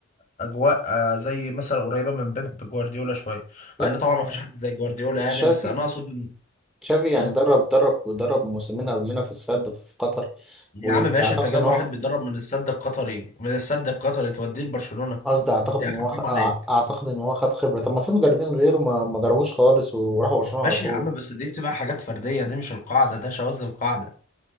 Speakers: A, on the left (about 35°); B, in the centre.
A: أجواء آه، زي مثلا قريبة من بيب جوارديولا شوية
B: لا
A: مع إن طبعا
B: آه،
A: ما فيش حد زي جوارديولا يعني
B: تشافي
A: بس أنا أقصد إن-
B: تشافي يعني
A: آه.
B: درب درب ودرب موسمين قبلنا في السد في قطر
A: يا
B: واعتقد
A: عم ماشي انت جايب
B: ان هو
A: واحد بيدرب من السد القطري من السد القطري توديه لبرشلونة
B: قصدي اعتقد
A: يا
B: ان
A: اخي
B: هو
A: حرام
B: أع-
A: عليك
B: اعتقد ان هو خد خبره طب ما في مدربين غيره ما, ما ضربوش خالص وراحوا برشلونه
A: ماشي
B: على طول
A: يا عم بس دي بتبقى حاجات فردية دي مش القاعدة ده شواذ القاعدة